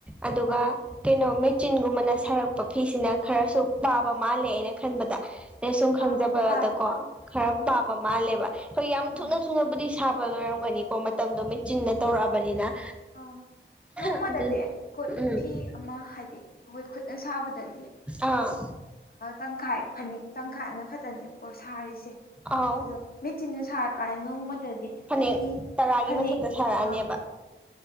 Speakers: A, in the centre; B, on the left (about 45°).
A: ꯑꯗꯨꯒ
B: ꯍꯣꯏ
A: ꯀꯩꯅꯣ ꯆꯤꯟꯒꯨꯝꯕꯅ ꯁꯥꯔꯛꯄ ꯐꯤꯁꯤꯅ ꯈꯔꯁꯨ ꯄꯥꯕ ꯃꯥꯜꯂꯦ ꯑꯅ ꯈꯟꯕꯗ ꯑ ꯁꯨꯝ ꯈꯪꯖꯕꯗꯀꯣ
B: ꯑꯥ ꯍꯣꯏ
A: ꯈꯔ
B: ꯎꯝ
A: ꯄꯥꯕ ꯃꯥꯜꯂꯦꯕ ꯍꯣꯏ ꯌꯥꯝ
B: ꯎꯝ
A: ꯊꯨꯅ ꯊꯨꯅꯕꯨꯗꯤ ꯁꯥꯕ ꯂꯣꯏꯔꯝꯒꯅꯤꯀꯣ ꯃꯇꯝꯗꯣ ꯃꯦꯆꯤꯟꯅ ꯇꯧꯔꯛꯑꯕꯅꯤꯅ
B: ꯑ ꯅꯣꯡꯃꯗꯅꯦ
A: ꯑꯗꯨ
B: ꯈꯨꯠ
A: ꯎꯝ
B: ꯐꯤ ꯑꯃ ꯍꯥꯏꯗꯤ ꯑꯩꯈꯣꯏ ꯈꯨꯠꯅ ꯁꯥꯕꯗꯗꯤ
A: ꯑꯥ
B: ꯇꯪꯈꯥꯏ ꯐꯅꯤꯦꯛ ꯇꯪꯈꯥꯏ ꯑꯃꯈꯛꯇꯅꯦꯕꯀꯣ ꯁꯥꯔꯤꯁꯦ
A: ꯑꯥꯎ
B: ꯑꯗꯣ ꯃꯦꯆꯤꯟꯗꯨ ꯁꯥꯔꯀꯥꯏ ꯅꯣꯡꯃꯗꯗꯤ
A: ꯐꯅꯦꯛ
B: ꯐꯤ
A: ꯇꯔꯥꯒꯤ
B: ꯐꯅꯦꯛ
A: ꯃꯊꯛꯇ ꯁꯥꯔꯛꯑꯅꯦꯕ
B: ꯑ